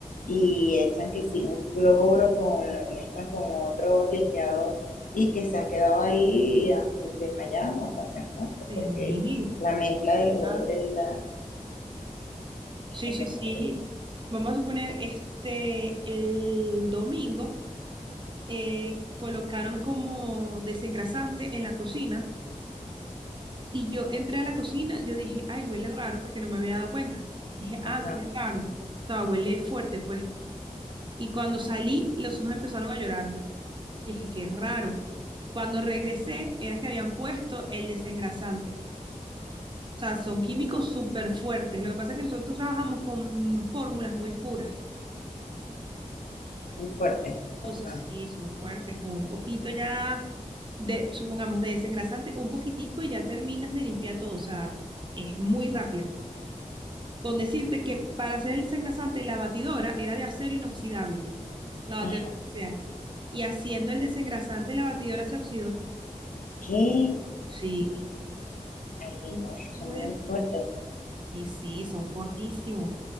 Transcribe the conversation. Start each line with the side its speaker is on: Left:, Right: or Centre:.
Left: y echan que sí, un cloro con, lo mezclan con otro limpiador y que se han quedado ahí a- desmayados o hasta se han muerto
Right: Sí.
Left: porque la mezcla de los olores
Right: Ah,
Left: la, es,
Right: sí,
Left: es
Right: sí,
Left: muy
Right: sí.
Left: fuerte.
Right: Vamos a suponer, este, el domingo eh, colocaron como desengrasante en la cocina Y yo entré a la cocina, yo dije, ay, huele raro porque no me había dado cuenta. Dije, ah,
Left: Ajá,
Right: huele raro. O sea, huele fuerte, pues. Y cuando salí, los ojos empezaron a llorarme. Y dije, qué raro. Cuando regresé, era que habían puesto el desengrasante. O sea, son químicos súper fuertes. Lo que pasa es que nosotros trabajamos con fórmulas muy puras.
Left: muy fuerte.
Right: Entonces,
Left: Ajá.
Right: sí, son fuertes, con un poquito ya de, supongamos, de desengrasante, un poquitico y ya terminas de limpiar todo. O sea, es muy rápido. con decirte que para hacer el desengrasante la batidora era de acero inoxidable, la batidora
Left: Ajá.
Right: industrial. Y haciendo el desengrasante la batidora se oxidó.
Left: ¿Qué? Ay,
Right: Sí,
Left: no,
Right: suerte.
Left: eso es muy fuerte
Right: Sí, sí, son fortísimos.